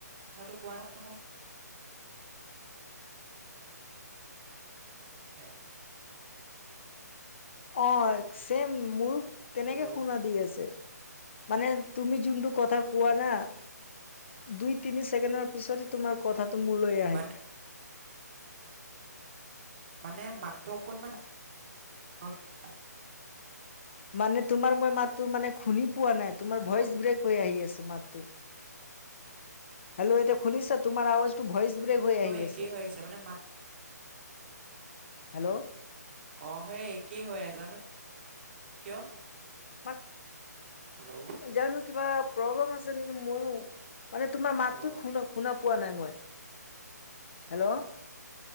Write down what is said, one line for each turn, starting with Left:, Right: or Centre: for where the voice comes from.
Right: কথাটো কোৱাৰ সম- <unintelligible>
Left: অ, ছেম মোৰো তেনেকে
Right: হেল্ল'
Left: শুনা দি আছে। মানে তুমি যোনটো কথা কোৱা না- দুই তিনি ছেকেণ্ডৰ পিছতে তোমাৰ কথা- টো মোলৈ আহে।
Right: মানে মানে মাতটো অকণমান- ডাঙৰকে দিয়া।
Left: মানে তোমাৰ মই মাতটো মানে শুনি পোৱা নাই তোমাৰ
Right: হেল্ল'
Left: ভইচ ব্ৰেক হৈ আহি আছো মাতটো। হেল্ল এতিয়া খুনিছা তোমাৰ আৱাজ টো ভইচ- হৈ
Right: আৰু
Left: আহি
Right: একেই
Left: আছে
Right: হৈ আহিছে মানে মাত
Left: হেল্ল'-
Right: অ, সেই একেই হয় জানো কিয়-
Left: মাত
Right: হেল্ল'
Left: নাজানো কিবা প্ৰব্লেম আছে নেকি ময়ো- মানে তোমাৰ মাতটো
Right: হেল্ল'
Left: খুনা শুনা পোৱা নাই মই হেল্ল' -